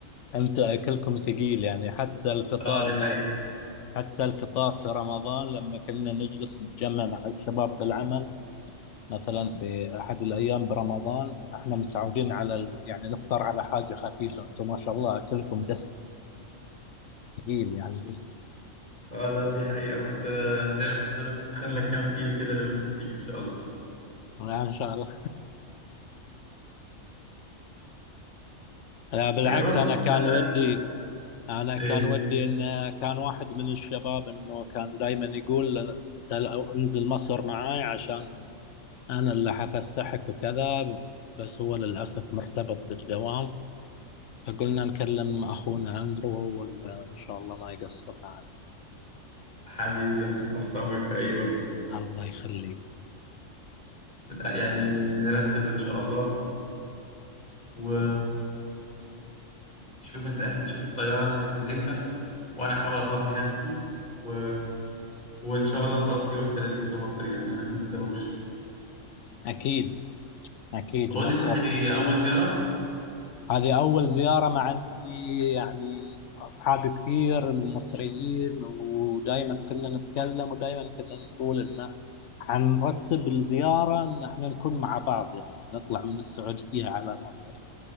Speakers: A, on the left; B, on the left.
A: أنت أكلكم ثقيل يعني حتى الفطار
B: اه دي
A: في
B: حقيقه
A: حتى الفطار في رمضان لما كنا نجلس نتجمع مع الشباب بالعمل مثلا في أحد الأيام برمضان احنا متعودين على ال... يعني نفطر على حاجة خفيفة أنتم ما شاء الله أكلكم دسم ثقيل يعني
B: اه لا دي حقيقه ما انت تعمل حسابك تتخلى كام كيلو كده لما تيجي ان شاء الله
A: لا إن شاء الله لا بالعكس
B: جربت
A: أنا
B: صح
A: كان
B: بقى
A: ودي
B: ال-
A: انا كان
B: ايه
A: ودي ان كان واحد من الشباب انه كان دائما يقول انت لو انزل مصر معاي عشان انا اللي حفسحك وكذا بس هو للاسف مرتبط بالدوام فقلنا نكلم اخونا اندرو وهو اللي ان شاء الله ما يقصر معنا
B: حبيبي ده تحت امرك في اي وقت
A: الله يخليك
B: يعني نرتب ان شاء الله و... وشوف انت احجز شوف الطياره انا هتحجز امتى وانا احاول افضي نفسي و... وان شاء الله تقضي وقت لذيذ في مصر يعني ما تنساهوش
A: اكيد اكيد
B: قول
A: مصر
B: لي صح دي اول زياره
A: هذه أول زيارة مع إني يعني أصحابي كثير مصريين ودائما كنا نتكلم ودائما كنا نقول إنه حنرتب الزيارة إن إحنا نكون مع بعض يعني نطلع من السعودية على مصر